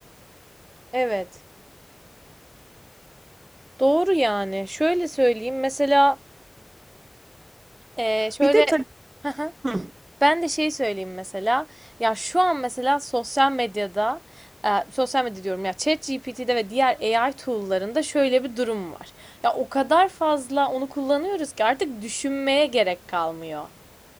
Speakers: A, on the right (about 40°); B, on the right (about 65°).
A: Evet. Doğru yani. Şöyle söyleyeyim. Mesela eee, şöyle
B: bir de tabii
A: <laughs>
B: Hı,
A: ben de şey söyleyeyim mesela. Ya şu an mesela sosyal medyada eee, sosyal medya diyorum ya ChatGPT'de ve diğer AI tool'larında şöyle bir durum var. Ya o kadar fazla onu kullanıyoruz ki artık düşünmeye gerek kalmıyor.